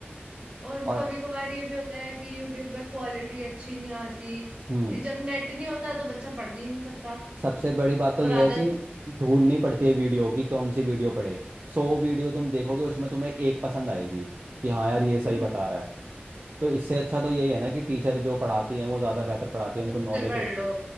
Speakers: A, on the right; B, on the right.
A: और
B: और
A: कभी कभार ये भी होता है कि यूट्यूब पे क्वालिटी अच्छी नहीं आती
B: हम्म
A: जब नेट नहीं होता तो बच्चा पढ़ भी नहीं सकता
B: सबसे बड़ी बात तो
A: और
B: ये
A: आदत
B: है कि ढूंढनी पड़ती है वीडियो की कौन सी वीडियो पढ़े सौ वीडियो तुम देखोगे उसमें तुम्हें एक पसंद आएगी कि हाँ यार ये सही
A: हम्म
B: बता रहा है तो इससे अच्छा
A: हम्म
B: तो यही है ना कि टीचर जो पढ़ाती है वो ज़्यादा बेहतर पढ़ाती है
A: बुक
B: उनको नॉलेज
A: से पढ़
B: होती
A: लो
B: है